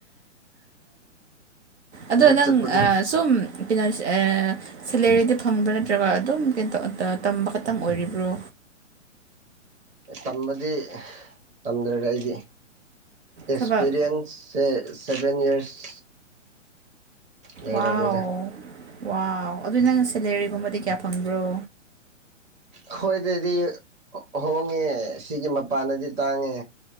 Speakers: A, on the right; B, on the right.
A: ꯑꯗꯣ
B: ꯊꯕꯛ
A: ꯅꯪ
B: ꯆꯠꯄ
A: ꯁꯨꯝ ꯀꯩꯅꯣ ꯁꯦꯂꯦꯔꯤꯗꯤ ꯐꯪꯕ꯭ꯔꯥ ꯅꯠꯇ꯭ꯔꯒ ꯑꯗꯨꯝ ꯀꯩꯅꫭ ꯇꯝꯕ ꯈꯛꯇꯪ ꯑꯣꯏꯔꯤꯕ꯭ꯔꯣ
B: ꯇꯝꯕꯗꯤ ꯇꯝꯗ꯭ꯔ‌ꯦꯗ ꯑꯩꯗꯤ ꯑꯦꯛꯁꯄꯤꯔꯤꯌꯦꯟꯁ
A: ꯊꯕꯛ
B: ꯁꯦ ꯁꯚꯦꯟ ꯌꯔꯁ ꯂꯩꯔꯕꯅꯤꯗ
A: ꯋꯥꯎ ꯋꯥꯎ ꯑꯗꯨꯗꯤ ꯅꯪ ꯁꯦꯂꯦꯔꯤꯒꯨꯝꯕꯗꯤ ꯀꯌꯥ ꯐꯪꯕ꯭ꯔꯣ
B: ꯑꯈꯣꯏꯗꯗꯤ ꯍꯣꯡꯉꯦ ꯁꯤꯒꯤ ꯃꯄꯥꯟꯗꯗꯤ ꯇꯥꯡꯉꯦ